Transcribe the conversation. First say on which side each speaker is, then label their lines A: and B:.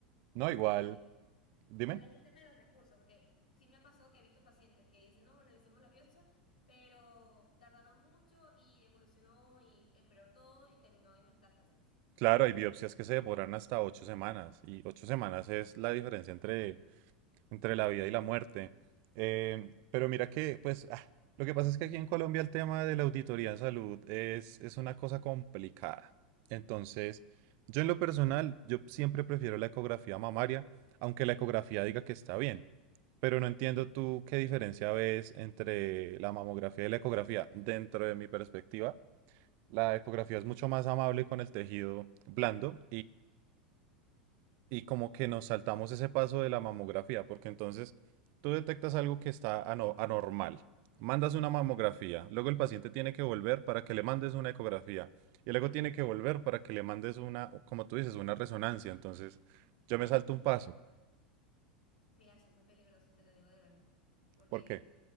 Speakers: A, on the right (about 45°); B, on the left (about 70°).
A: No,
B: Porque
A: igual, dime.
B: también el tema de los recursos, porque sí me ha pasado que he visto pacientes que dicen, no, bueno, le hicimos la biopsia, pero tardaron mucho y evolucionó y empeoró todo y terminó en metástasis.
A: Claro, hay biopsias que se demoran hasta ocho semanas y ocho semanas es la diferencia entre entre la vida y la muerte. Em, pero mira que, pues, ah, lo que pasa es que aquí en Colombia el tema de la auditoría en salud es, es una cosa complicada. Entonces, yo en lo personal, yo siempre prefiero la ecografía mamaria, aunque la ecografía diga que está bien. Pero no entiendo tú qué diferencia ves entre la mamografía y la ecografía. Dentro de mi perspectiva, la ecografía es mucho más amable con el tejido blando y como que nos saltamos ese paso de la mamografía, porque entonces tú detectas algo que está ano- anormal, mandas
B: Ujú.
A: una mamografía, luego el paciente tiene que volver para que le mandes una ecografía, y luego tiene que volver para que le mandes una, como tú dices, una resonancia. Entonces yo me salto un paso,
B: Mira, eso es muy peligroso, te lo digo de verdad, porque
A: ¿por qué